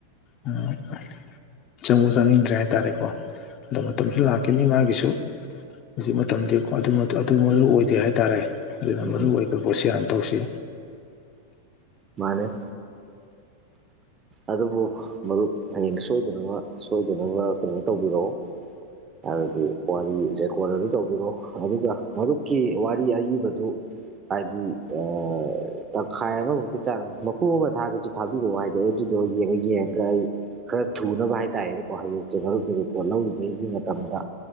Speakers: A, on the left; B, on the right.
A: ꯎꯝ <inaudible> <unintelligible> ꯆꯪꯉꯨ ꯆꯪꯅꯤꯡꯗ꯭ꯔꯦ ꯍꯥꯏꯇꯥꯔꯦꯀꯣ ꯑꯗꯣ ꯃꯇꯝꯁꯨ ꯂꯥꯛꯀꯅꯤ ꯃꯥꯒꯤꯁꯨ ꯍꯧꯖꯤꯛ ꯃꯇꯝꯗꯤ ꯈ꯭ꯋꯥꯏꯗꯤ ꯃꯗꯨ ꯑꯗꯨ ꯃꯔꯨ ꯑꯣꯏꯗꯦ ꯍꯥꯏꯇꯥꯔꯦ ꯑꯗꯨꯅ
B: ꯎꯝꯍꯨꯝ
A: ꯃꯔꯨ ꯑꯣꯏꯕ ꯄꯣꯠꯁꯤ ꯍꯥꯟ ꯇꯧꯁꯤ
B: ꯃꯥꯅꯦ ꯑꯗꯨꯕꯨ ꯃꯔꯨꯞ ꯍꯌꯦꯡ ꯁꯣꯏꯗꯅꯕ ꯁꯣꯏꯗꯅꯕ ꯀꯩꯅꯣ ꯇꯧꯕꯤꯔꯛꯑꯣ ꯍꯥꯏꯕꯗꯤ ꯋꯥꯔꯤ ꯔꯦꯀꯣꯔꯠ ꯑꯗꯨ ꯇꯧꯕꯤꯔꯣ ꯑꯗꯨꯒ ꯃꯔꯨꯞꯀꯤ ꯋꯥꯔꯤ ꯑꯏꯕꯗꯨ ꯍꯥꯏꯗꯤ ꯑ ꯇꯪꯈꯥꯏ ꯑꯃꯃꯨꯛꯀꯤ ꯆꯥꯡ ꯃꯄꯨ ꯑꯃ ꯊꯥꯒꯦꯁꯨ ꯊꯥꯕꯤꯔꯛꯑꯣ ꯍꯥꯏꯗꯤ ꯑꯩ ꯗꯨꯗꯣ ꯌꯦꯡꯉ ꯌꯦꯡꯉꯒ ꯑꯩ ꯈꯔ ꯊꯨꯅꯕ ꯍꯥꯏꯇꯥꯔꯦꯅꯦꯀꯣ ꯍꯌꯦꯡꯁꯦ ꯃꯔꯨꯞꯀꯤ ꯔꯤꯄꯣꯔꯠ ꯂꯧꯔꯤꯉꯩꯒꯤ ꯃꯇꯝꯗ,